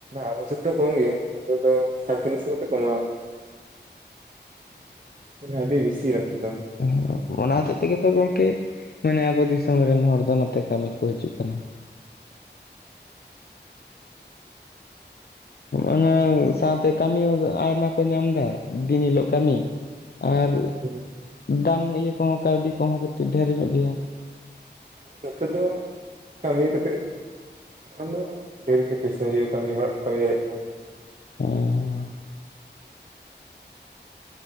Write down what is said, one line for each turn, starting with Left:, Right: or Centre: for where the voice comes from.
Right: ᱟᱵᱚᱥᱮᱛ ᱫᱚ ᱠᱚᱢ ᱜᱮ ᱱᱚᱛᱮ ᱫᱚ ᱥᱟᱲᱮ ᱛᱤᱱᱥᱚ ᱠᱟᱛᱮ ᱠᱚ ᱮᱢᱟᱣᱟ ᱾ ᱟᱹᱰᱤ ᱵᱮᱥᱤ ᱟᱛᱮ ᱫᱚ ᱾
Left: ᱦᱮ ᱚᱱᱟ ᱦᱚᱛᱮᱡ ᱛᱮᱜᱮ ᱛᱚ ᱜᱚᱝᱠᱮ ᱢᱟᱱᱮ ᱟᱵᱚ ᱫᱤᱥᱚᱢ ᱨᱮᱱ ᱦᱚᱲ ᱫᱚ ᱱᱚᱛᱮ ᱠᱟᱹᱢᱤ ᱠᱚ ᱦᱤᱡᱩᱜ ᱠᱟᱱᱟ ᱾ ᱚᱱᱟ ᱥᱟᱶᱛᱮ ᱠᱟᱹᱢᱤ ᱦᱚᱸ ᱟᱭᱢᱟ ᱠᱚ ᱧᱟᱢ ᱮᱫᱟ ᱫᱤᱱ ᱦᱤᱞᱳᱜ ᱠᱟᱹᱢᱤ ᱾ ᱟᱨᱼᱼ
Right: ᱦᱮᱼᱼ
Left: ᱫᱟᱢ ᱤᱭᱟᱹ ᱠᱚᱦᱚᱸ ᱠᱟᱹᱣᱰᱤ ᱠᱚᱦᱚᱸ ᱠᱟᱹᱴᱤᱡ ᱰᱷᱮᱮᱴᱨ ᱧᱚᱜ ᱜᱮᱭᱟ ᱾
Right: ᱱᱚᱛᱮ ᱫᱚ ᱠᱟᱹᱢᱤ ᱠᱟᱛᱮᱜᱼᱼ ᱠᱷᱟᱱ ᱫᱚ ᱰᱷᱮᱨ ᱜᱮ ᱯᱚᱭᱥᱟ ᱦᱩᱭᱩᱜᱼᱟ ᱠᱟᱹᱢᱤ ᱦᱚᱲᱟᱜ ᱮᱢ ᱠᱟᱹᱢᱤ ᱫᱟᱲᱮᱭᱟᱜ ᱠᱷᱟᱱ ᱫᱚ ᱾
Left: ᱯᱟᱞᱟᱚᱱ <unintelligible>